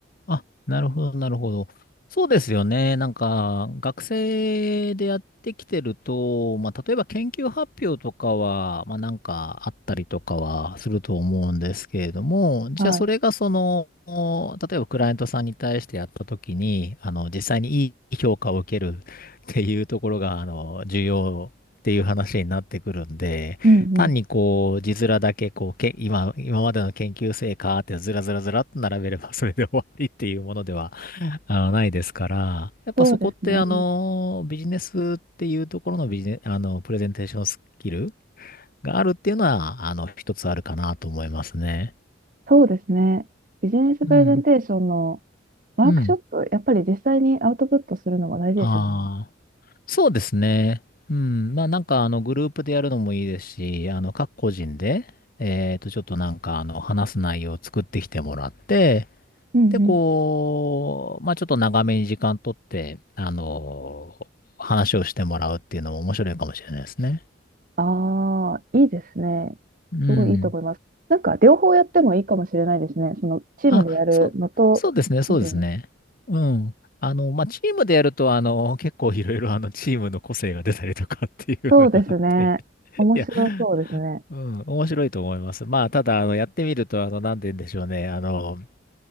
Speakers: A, on the left; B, on the right.
A: あ、なるほど、なるほど。そうですよね。なんか、学生でやってきてると、まあ、例えば研究発表とかは、まあ、なんかあったりとかはすると思うんですけれども、じゃあそれがその、
B: はい。
A: 例えばクライアントさんに対してやったときに、あの、実際にいい評価を受けるっていうところが、あの、重要っていう話になってくるんで、
B: うんうん。
A: 単にこう、字面だけこう、け、今、今までの研究成果ってずらずらずらっと並べれば <laughs> それで終わりっていうものでは、<laughs> あの、ないですから、やっぱそこってあの、
B: そうですね。
A: ビジネスっていうところのビジネ、あの、プレゼンテーションスキルがあるっていうのは、あの、一つあるかなと思いますね。
B: そうですね。ビジネスプレゼンテーションの
A: うん。
B: ワークショップ、
A: うん。
B: やっぱり実際にアウトプットするのが大事でしょうね。
A: ああ、そうですね。うん。まあなんかあの、グループでやるのもいいですし、あの、各個人で、えっと、ちょっとなんかあの、話す内容を作ってきてもらって、
B: うんうん。
A: で、こう、まあちょっと長めに時間取って、あのー話をしてもらうっていうのも面白いかもしれないですね。
B: ああ、いいですね。
A: うん。
B: すごいいいと思います。なんか両方やってもいいかもしれないですね。そのチームでやるのと、
A: あ、そう、そうですね、
B: 個人で
A: そうですね。うん。あの、まあチームでやると、あの、結構いろいろあの、チームの個性が出たりとかっていうのがあって、
B: そうですね。
A: <laughs>
B: 面白そうですね。
A: いや、うん、面白いと思います。まあ、ただ、あの、やってみると、あの、なんて言うんでしょうね。あの、